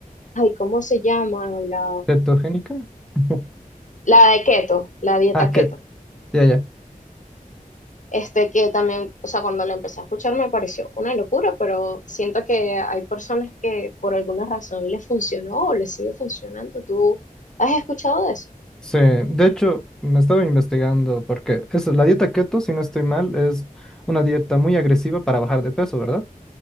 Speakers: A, on the left; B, in the centre.
A: ay, ¿cómo se llama? La,
B: ¿Cetogénica? <laughs>
A: la de keto, la dieta
B: Ah, keto.
A: keto.
B: Ya, ya.
A: Este que también, o sea, cuando la empecé a escuchar me pareció una locura, pero siento que hay personas que por alguna razón les funcionó o les sigue funcionando. ¿Tú has escuchado de eso?
B: Sí, de hecho, me estaba investigando porque eso, la dieta keto, si no estoy mal, es una dieta muy agresiva para bajar de peso, ¿verdad?